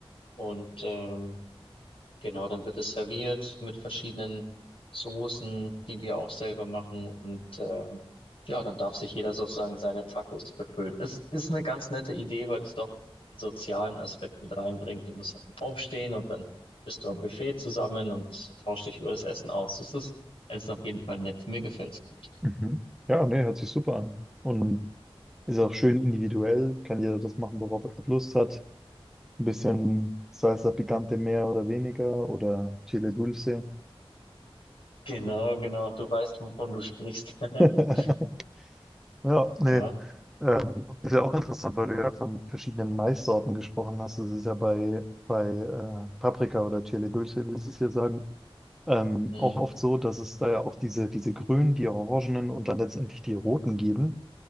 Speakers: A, on the left (about 65°); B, in the centre.
A: und ähm, genau, dann wird es serviert mit verschiedenen Soßen, die wir auch selber machen und äh, ja, dann darf sich jeder sozusagen seine Tacos befüllen. Es ist eine ganz nette Idee, weil es doch einen sozialen Aspekt mit reinbringt. Du musst dann aufstehen und dann bist du am Buffet zusammen und tauschst dich über das Essen aus. Das ist, es ist auf jeden Fall nett. Mir gefällt's gut.
B: Mhm. Ja, nee, hört sich super an. Und ist auch schön individuell, kann jeder das machen, worauf er gerade Lust hat. Ein bisschen Salsa Picante mehr oder weniger oder Chile Dulce.
A: Genau, genau. Du weißt, wovon du sprichst. <laughs>
B: <laughs> Ja, nee.
A: Ja.
B: Ähm, ist ja auch interessant, weil du ja von verschiedenen Maissorten gesprochen hast. Das ist ja bei, bei äh, Paprika oder Chile Dulce, wie sie es hier sagen, ähm,
A: Mhm.
B: auch oft so, dass es da ja auch diese, diese grünen, die orangenen und dann letztendlich die roten geben